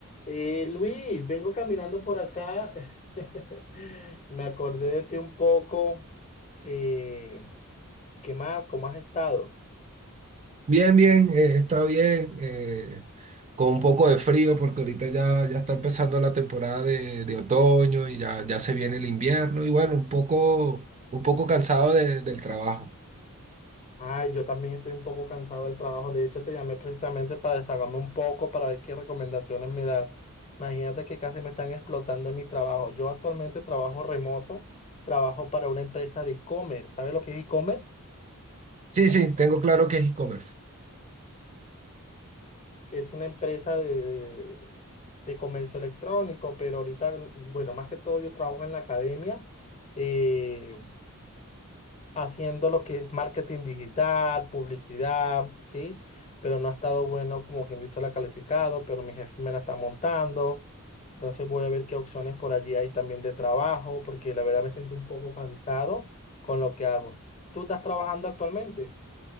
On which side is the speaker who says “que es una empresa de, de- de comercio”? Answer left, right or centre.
Left